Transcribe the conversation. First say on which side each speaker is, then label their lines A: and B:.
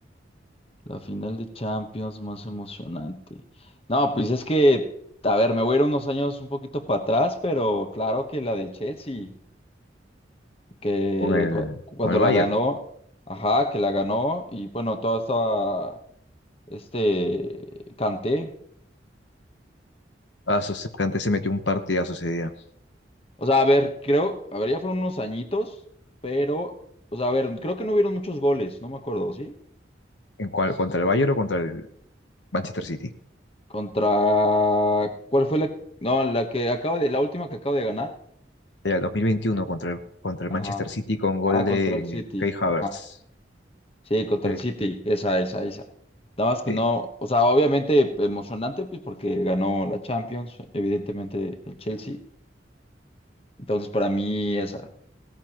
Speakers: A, on the left; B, on the left.
A: La final de Champions más emocionante. No, pues es que, a ver, me voy a ir unos años un poquito para atrás, pero claro que la del Chelsea, que
B: Con el,
A: cu- cuando
B: con el
A: la
B: Bayern.
A: ganó, ajá, que la ganó y bueno, todo estaba, este, Kanté.
B: Ah, su Kanté se metió un partidazo ese día.
A: O sea, a ver, creo, a ver, ya fueron unos añitos, pero, o sea, a ver, creo que no hubieron muchos goles, no me acuerdo, ¿sí?
B: ¿En cuál? ¿Contra el Bayern o contra el Manchester City?
A: Contra, ¿cuál fue la? No, la que acaba de, la última que acaba de ganar.
B: Era el 2021 contra el, contra el
A: Ajá.
B: Manchester City con gol
A: Ah,
B: de
A: contra el City.
B: Kai Havertz.
A: Ajá. Sí, contra
B: Sí,
A: el City. Esa, esa, esa. Nada más que
B: sí.
A: no, o sea, obviamente emocionante, pues porque ganó la Champions, evidentemente el Chelsea. Entonces, para mí, esa.